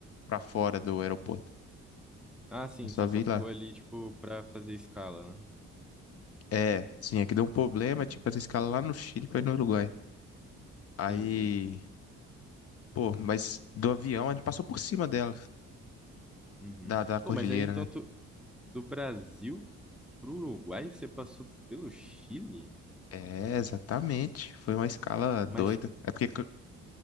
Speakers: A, on the left; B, in the centre.
A: pra fora do aeroporto.
B: Ah, sim,
A: Eu só
B: você
A: vi
B: só
A: lá.
B: ficou ali, tipo, pra fazer escala, né?
A: É, sim, é que deu um problema,
B: Uhum.
A: tipo, essa escala lá no Chile pra ir no Uruguai. Aí,
B: Entendi.
A: pô, mas do avião a gente passou por cima dela,
B: Uhum.
A: da, da cordilheira,
B: Pô, mas aí então
A: né?
B: tu, do Brasil pro Uruguai, você passou pelo Chile?
A: É, exatamente. Foi uma escala doida.
B: Mas, tipo,
A: É porque c-